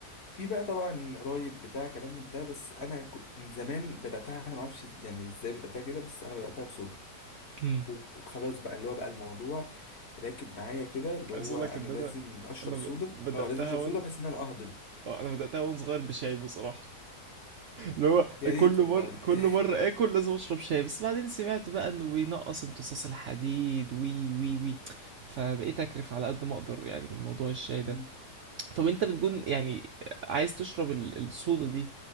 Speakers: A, on the left (about 40°); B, on the right (about 85°).
A: في بقى طبعا قرايب بتاع كلام من ده بس انا كنت من زمان بداتها انا ما اعرفش يعني ازاي بداتها كده بس انا بداتها بصودا
B: مم.
A: وخلاص بقى اللي هو بقى الموضوع راكب معايا كده اللي هو
B: عايز اقول
A: انا
B: لك ان
A: لازم
B: انا
A: اشرب
B: انا
A: صودا
B: ب- بداتها
A: اه لازم اشرب
B: وان
A: صودا بحيث ان انا اهضم
B: آه، انا بداتها وانا صغير بشاي بصراحه اللي هو
A: يا ريت
B: كل
A: والله
B: مره كل مره اكل لازم اشرب شاي بس بعدين سمعت بقى انه بينقص امتصاص الحديد وي وي وي فبقيت اكرف على قد ما اقدر يعني من موضوع الشاي ده
A: <laughs>
B: طب انت بتكون يعني عايز تشرب ال- الصودا دي